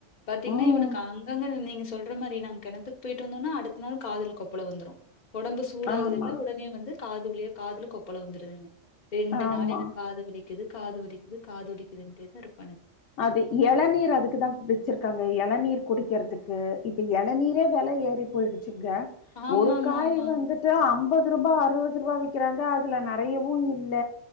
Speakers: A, on the left (about 50°); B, on the left (about 75°).
A: பாத்தீங்கன்னா
B: ம்
A: இவனுக்கு அங்கங்க நீங்க சொல்ற மாரி நாங்க கெணத்துக்கு போயிட்டு வந்தோன்னா அடுத்த நாள் காதுல கொப்பளோ வந்துரு ஒடம்பு சூடாகுதல்ல
B: ஆமா
A: உடனே வந்து காது வலியே காதுல கொப்பல வந்துருது ரெண்டு
B: ஆமா
A: நாள் எனக் காது வலி இது காது வலிக்குது காது வலிக்குது <unintelligible>
B: அது இளநீர் அதுக்குதா வச்சிருக்காங் இளநீர் குடிக்கிறதுக்கு இப்ப இளநீரே வில ஏறி போயிடுச்சு இங்க
A: ஆமாங்க,
B: ஒரு காய்
A: ஆமாங்க.
B: வந்துட்டு அம்பது அம்பது ரூபா அறுபது ரூபா வக்கிறாங்க அதுல நறையவு இல்ல